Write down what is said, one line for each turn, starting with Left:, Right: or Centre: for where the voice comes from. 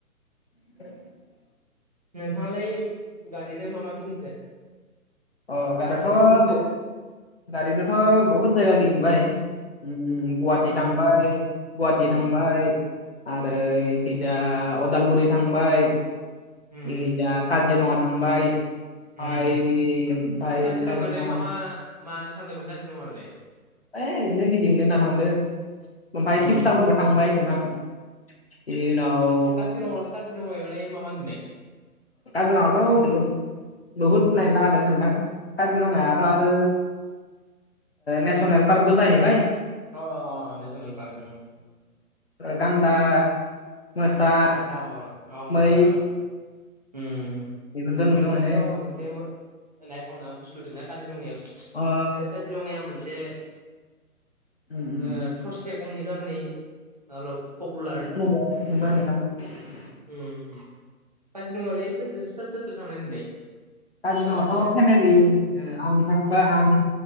Left: <inaudible>
Right: नोंथाङालाय गारिदो मा मा गिदिंखो?
Left: अ गारियाथ'
Right: गासिखौबो बुंदो।
Left: गारिजोंथ' बहुद जायगा गिदिंबाय। उम गुवाहाटि
Right: मा मा
Left: थांबाय गुवाहाटि
Right: उम
Left: थांबाय आरो इखैजा अदालगुरि थांबाय इखिजा
Right: उम
Left: काजिरङा थांबाय ओमफ्राय-ओमफ्राय
Right: उम काजिरङायावलाय
Left: काजिरङा
Right: मा मा मानो थांदोंमोन काजिरङाआवलाय?
Left: ओइ ओरैनो गिदिंनो होनना थांदो ओमफ्राय
Right: उम
Left: शिबसागरबो थांबाय नोंथां। बिनि उनाव
Right: <unintelligible> काजिरङायावलाय मा मा नुनाय?
Left: काजिरङावथ' बहुद बहुत नायनो लागा दं नोंथां। काजिरङायाथ' आरो नेसनेल ओ पार्कबो जाहैबाय।
Right: अह अह नेसनेल पार्क उम।
Left: ओ गान्दा मोसा
Right: गान्दा औ औ
Left: मै
Right: मोसा ओम
Left: बेफोरखौ नुनो
Right: बेफोरनोथ'
Left: मोनो
Right: मोनसे मो नायथावना बुस्थु दंना काजिरङायाव
Left: ओ
Right: आरो काजिरङायाव मोनसे
Left: ओम
Right: ओ थरसे गंनि खार'नै अलप पपुलार।
Left: <unintelligible>
Right: उम उम काजिरङालाय सोर सोर सोरथो थांनाय नोंलाय?
Left: काजिरङायावथ'
Right: साथाम थांखादों
Left: फेमेलि ओ आं थांबा आं